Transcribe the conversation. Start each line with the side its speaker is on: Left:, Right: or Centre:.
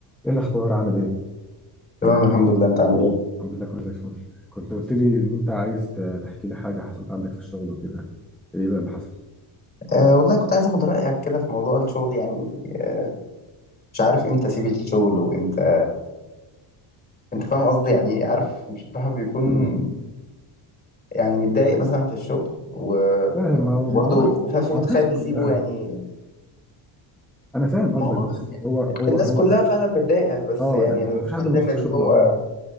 Centre: ايه الاخبار عامل ايه
Left: تمام الحمد لله انت عامل ايه
Centre: الحمد لله كله زي الفل كنت قلت لي ان انت عايز ت- تحكي لي حاجه حصلت عندك في الشغل وكده ايه بقى اللي حصل
Left: أه والله كنت عايز اخد رايك كده في موضوع الشغل يعني أه مش عارف امتى اسيب الشغل وامتى انت فاهم قصدي يعني عارف مش الواحد بيكون
Centre: مم.
Left: يعني متضايق مثلا في الشغل و...
Centre: لا ما هو
Left: وبرضه
Centre: ما هو ما
Left: وفي نفس الوقت
Centre: هو الناس
Left: خايف
Centre: كلها
Left: يسيبه يعني
Centre: انا فاهم قصدك
Left: ما هو
Centre: بص هو هو
Left: الناس
Centre: هو
Left: كلها فعلا متضايقه بس
Centre: اه
Left: يعني
Centre: يعني
Left: انا
Centre: هو مفيش
Left: بتكلم
Centre: حد مبسوط
Left: اللي
Centre: في شغله
Left: هو
Centre: عموما